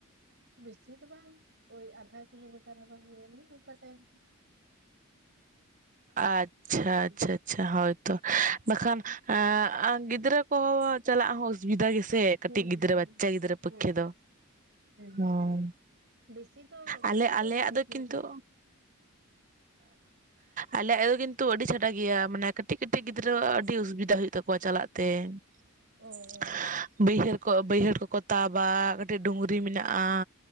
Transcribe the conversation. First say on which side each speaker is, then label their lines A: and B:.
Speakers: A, on the right; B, on the right.
A: ᱵᱮᱥᱤ ᱫᱚ ᱵᱟᱝ ᱳᱭ ᱟᱫᱷᱟ, ᱠᱤᱞᱳᱢᱤᱴᱟᱨ ᱦᱚᱸ ᱵᱟᱝ ᱦᱩᱭᱩᱜ ᱢᱟᱱᱮ ᱚᱝᱠᱟ ᱴᱟᱭᱤᱢ ᱛᱮ᱾
B: ᱟᱪᱪᱷᱟ
A: ᱦᱩᱸ
B: ᱟᱪ ᱪᱷᱟ, ᱦᱚᱭᱛᱚ ᱵᱟᱠᱷᱟᱱ ᱮᱸᱻ ᱜᱤᱫᱽᱨᱟᱹ ᱠᱚᱦᱚᱸ ᱪᱟᱞᱟᱜ ᱦᱚᱸ ᱚᱥᱵᱤᱫᱟ ᱜᱮᱥᱮ ᱠᱟᱹᱴᱤᱡ
A: ᱦᱩᱸ
B: ᱜᱤᱫᱽᱨᱟᱹ
A: ᱦᱩᱸ
B: ᱵᱟᱪᱪᱟ
A: ᱦᱩᱸ
B: ᱜᱤᱫᱽᱨᱟᱹ ᱯᱚᱠᱠᱷᱮ
A: ᱦᱮᱸ
B: ᱫᱚ᱾
A: ᱦᱮᱸ
B: ᱦᱚᱸ,
A: ᱵᱮᱥᱤ ᱫᱚ ᱵᱮᱥᱤ
B: ᱟᱞᱮ ᱟᱞᱮᱭᱟᱜ
A: ᱵᱟᱝ
B: ᱫᱚ
A: ᱡᱷᱟᱹᱞ
B: ᱠᱤᱱᱛᱩ
A: ᱜᱮᱭᱟ
B: ᱟᱞᱮᱭᱟᱜ ᱫᱚ ᱠᱤᱱᱛᱩ ᱟᱹᱰᱤ ᱪᱷᱟᱰᱟ ᱜᱮᱭᱟ, ᱢᱟᱱᱮ ᱠᱟᱹᱴᱤᱡ ᱠᱟᱹᱴᱤᱡ ᱜᱤᱫᱽᱨᱟᱹ ᱟᱰᱤ ᱚᱥᱩᱵᱤᱫᱟ ᱦᱩᱭᱩᱜ ᱛᱟᱠᱚᱣᱟ ᱪᱟᱞᱟᱜ ᱛᱮ᱾
A: <unintelligible>
B: <inaudible>
A: ᱚ
B: ᱵᱟᱹᱭᱦᱟᱹᱲ ᱠᱚ ᱵᱟᱹᱭᱦᱟᱹᱲ ᱠᱚᱠᱚ ᱛᱟᱵᱟ ᱠᱟᱹ ᱴᱤᱡ ᱰᱩᱝᱨᱤ ᱢᱮᱱᱟᱜᱼᱟ,
A: ᱦᱮᱸ ᱦᱮᱸ